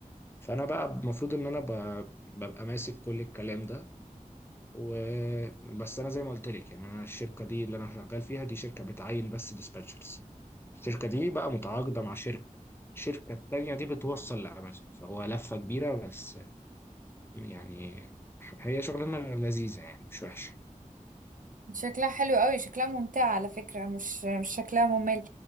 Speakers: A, on the left; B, on the right.
A: فانا بقى المفروض ان انا ب- ببقى ماسك كل الكلام ده وبس انا زي ما قلت لك يعني انا الشركه دي اللي انا شغال فيها دي شركه بتعين بس ديسباتشرز الشركة دي بقى متعاقدة مع شركة الشركة التانية دي بتوصل لأمازون فهو لفة كبيرة بس يعني هي شغلانة لذيذة يعني مش وحشة
B: شكلها حلو قوي شكلها ممتع على فكرة مش مش شكلها ممل